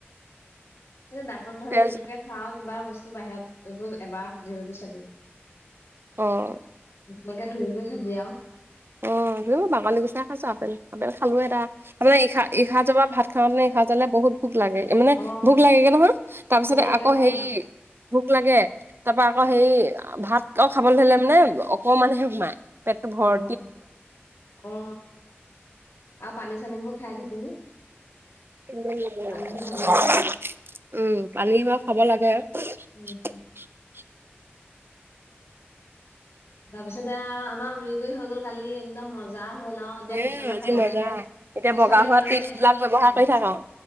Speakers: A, on the left; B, on the right.
A: কিন্তু ডাক্তৰক ভাবি
B: তেজ
A: যিটোকে খাৱ কিবা বস্তু বাহিৰত এইবোৰ এবাৰ সুধি সুধি চাবি।
B: অ'।
A: ভালকে ধৰি কৰি খাবি আৰু।
B: অ', বাকলি গুচাই খাইছো আপেল আপেল খালো এটা। তাৰমানে ই-ইসাজৰ পৰা ভাত খাওঁতে ইসাজলে বহুত ভোক লাগে মানে
A: অ
B: ভোক লাগে গৈ নহয় তাৰপিছত
A: ভোক লাগে
B: আকৌ
A: হয়
B: হেৰি
A: হয়।
B: ভোক লাগে তাৰ পৰা আকৌ হেৰি ভাত অ' খাবলৈ ধৰিলে মানে অকমানহে সোমায়। পেটতো ভৰ
A: অ', অ', আৰু পানী চানীবোৰ খাই থাকিবি।
B: উম,
A: পানীটো খাবই লাগে আৰু
B: পানী বাৰু খাব লাগে।
A: উম
B: <inaudible>
A: তাৰপিছতে আমাৰ ই <unintelligible> গৈ হৈ গল কালি একদম মজা। হ'ল আৰু এতিয়া
B: এ
A: পিছফালে
B: আজি
A: চাব
B: মজা
A: লাগে
B: এতিয়া
A: পিছফালে
B: বগা হোৱা
A: গ'লে
B: টিপছ
A: মানে
B: বিলাক ব্যৱহাৰ
A: অ'
B: কৰি থাক আৰু